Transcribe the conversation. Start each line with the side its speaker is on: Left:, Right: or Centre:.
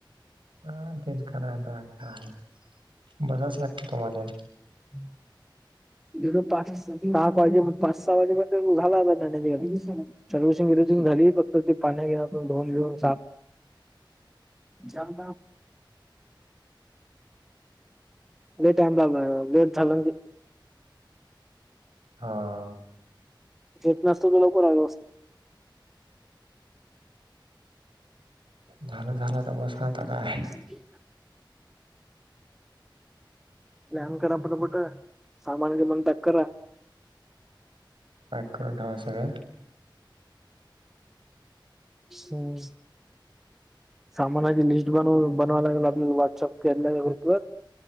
Right: हा तेच खराताा काय बसाच लागत तुम्हाला
Centre: हम ज पाच सहा वाजे पाच सहा वाजेपर्ंत झाला आता जाण्याच्या चारूषंगरज झाली फक्त ते पाण्या घे धोन घिऊन साफ चम बेट आहे बाबा बेट झालं
Right: हा
Centre: येेत नसतो तर लवकरग्यवस्त
Right: झालं झाला तर बस आता काय
Centre: ह जान करा प मोठ सामान ज मन त क
Right: पॅक करून ठेवा सगळं
Centre: होम सामानाची लिस्ट बनव बनवाव लागेल आपल्याला व्हॉट्सअप केला कृतीू ववर